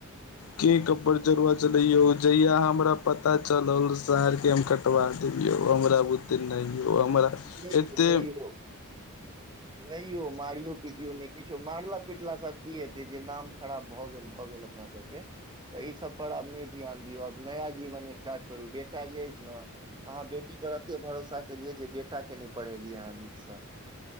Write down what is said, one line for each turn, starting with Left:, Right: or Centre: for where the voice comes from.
Left: के कपर जरुआ चलैयो जहिया हमरा पता चलल शहर के हम नाम कटबा दियौ हमरा बुे नहि यौ हमरा
Right: नहि यौ
Left: एते
Right: नहि यौ नहि यौ मारियो-पीटियो नहि किछो मारला पिटलासँभ की हेतै जे नाम खराब भऽ गेल भऽ गेल अपन अपना सबके तऽ ईसभ पर आब नहि ध्यान दियौ आब नया जीवन स्टार्ट करू बेटा जे अछि नहि अहाँ बेटी पर एते भरोसा केलियै जे बेटा के नहि पढ़ेलियै अहाँ नीकसँ